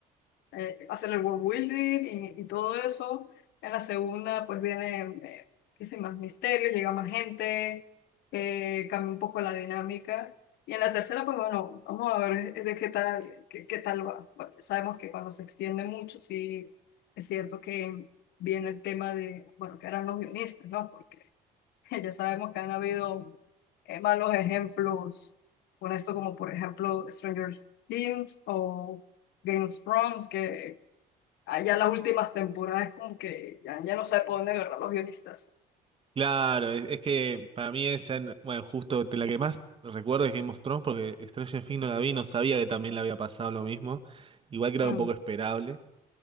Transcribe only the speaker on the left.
eh, hacer el world building y, y todo eso. En la segunda, pues vienen eh, qué sé, más misterios, llega más gente, eh, cambia un poco la dinámica. Y en la tercera, pues bueno, vamos a ver eh, de qué tal, qué, qué tal va. Bueno, sabemos que cuando se extiende mucho, sí es cierto que viene el tema de, bueno, que eran los guionistas, ¿no? Porque <laughs> Ya sabemos que han habido eh, malos ejemplos con esto, como por ejemplo Stranger Things o Game of Thrones, que allá las últimas temporadas como que ya, ya no sabe por dónde agarrar los guionistas.
Mm.